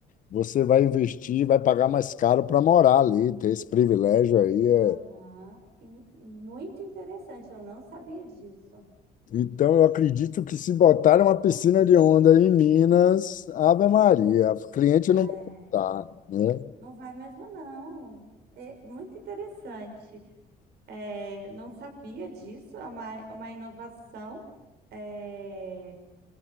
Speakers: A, on the left; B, on the right.
A: você vai investir, vai pagar mais caro para morar ali, ter esse privilégio aí é
B: Aham, e Muito interessante, eu não sabia disso.
A: Então, eu acredito que se botarem uma piscina de onda em Minas, Ave Maria, o cliente
B: É,
A: não vai faltar, né?
B: não vai mesmo, não. É muito interessante. É, não sabia disso, é uma, é uma inovação. É,